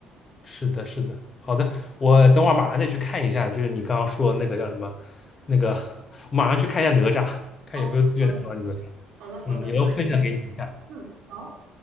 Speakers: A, on the left; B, on the right.
A: 是的，是的，好的，我等会儿马上再去看一下，就是你刚刚说的那个叫什么，那个，<laughs> 我马上去看一下哪吒，看有没有资源能找到你哪吒。
B: 好，好的，好的，好的，
A: 嗯，也要分享给你一下。
B: 对，一定，嗯，好。